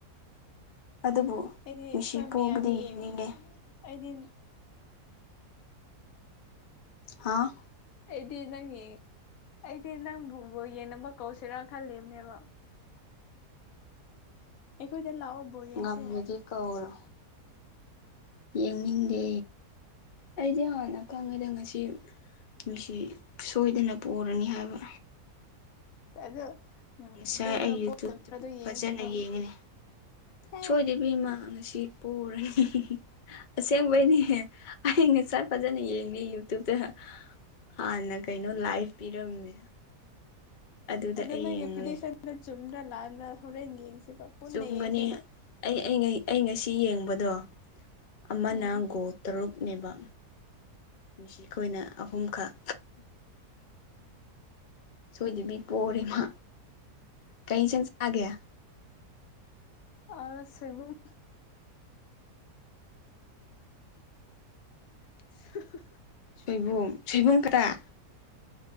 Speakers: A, on the left; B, on the left.
A: ꯑꯗꯨꯕꯨ
B: ꯑꯩꯗꯤ
A: ꯃꯁꯤ
B: ꯑꯩꯈꯣꯏ
A: ꯄꯣꯕꯗꯤ
B: ꯃꯌꯥꯝ
A: ꯌꯦꯡꯅꯤꯡꯉꯦ
B: ꯌꯦꯡ ꯑꯩꯗꯤ
A: ꯍꯥꯥ
B: ꯑꯩꯗꯤ ꯅꯪ ꯑꯩꯗꯤ ꯅꯪꯕꯨꯣꯕꯣ ꯌꯦꯟ ꯑꯃ ꯀꯧꯁꯤꯔꯥ ꯈꯜꯂꯤꯕꯅꯦꯕ ꯑꯩꯈꯣꯏꯗ ꯂꯥꯛꯑꯣ ꯕꯣꯜ ꯌꯦꯡꯁꯦ
A: ꯉꯝꯃꯗꯤ ꯀꯧꯔꯣ ꯌꯦꯡꯅꯤꯡꯗꯦ ꯑꯩꯗꯤ ꯍꯥꯟꯅ ꯈꯪꯉꯦꯗ ꯉꯁꯤ ꯉꯁꯤ ꯁꯣꯏꯗꯅ ꯄꯨꯔꯅꯤ ꯍꯥꯏꯕ
B: ꯑꯗꯨ ꯎꯝ
A: ꯉꯁꯥꯏ
B: ꯄꯣꯕ꯭ꯔꯥ
A: ꯑꯩ ꯌꯨꯇꯨꯕꯇ
B: ꯄꯣꯗꯕ꯭ꯔꯥ
A: ꯐꯖꯅ
B: ꯌꯦꯡꯁꯦꯕ
A: ꯌꯦꯡꯉꯤꯅꯦ
B: ꯍꯦ
A: ꯁꯣꯏꯗꯕꯤ ꯃꯥ ꯉꯁꯤ ꯄꯨꯔꯅꯤ ꯑꯁꯦꯡꯕꯩꯅꯤꯍꯦ ꯑꯩ ꯉꯁꯥꯏ ꯐꯖꯅ ꯌꯦꯡꯉꯤ ꯌꯨꯇꯨꯕꯇ ꯍꯥꯟꯅ ꯀꯩꯅꯣ ꯂꯥꯏꯐ ꯄꯤꯔꯝꯃꯦ ꯑꯗꯨꯗ
B: ꯑꯗꯨ
A: ꯑꯩ
B: ꯅꯪꯒꯤ
A: ꯌꯦꯡꯂꯦ
B: ꯄ꯭ꯔꯤꯗꯤꯛꯁꯟꯗ ꯆꯨꯝꯕ꯭ꯔꯥ ꯂꯥꯟꯕ꯭ꯔꯥ ꯍꯧꯔꯦꯟ ꯌꯦꯡꯁꯦꯕ ꯄꯨꯟꯅ
A: ꯆꯨꯝꯒꯅꯤ
B: ꯌꯦꯡꯁꯦꯕ
A: ꯑꯩ ꯑꯩ ꯑꯩ ꯉꯁꯤ ꯌꯦꯡꯕꯗꯣ ꯑꯃ
B: ꯎꯝ
A: ꯅ ꯒꯣꯜ ꯇꯔꯨꯛ ꯅꯦꯕ ꯃꯁꯤ ꯑꯩꯈꯣꯏꯅ ꯑꯍꯨꯝꯈꯛ ꯁꯣꯏꯗꯕꯤ ꯄꯣꯔꯦꯃ ꯀꯩꯁꯪ ꯆꯥꯒꯦ
B: ꯑ ꯁꯤꯕꯨꯨꯡ <inaudible>
A: ꯁꯣꯏꯕꯨꯝ ꯁꯣꯏꯕꯨꯝ ꯀꯔꯌꯥ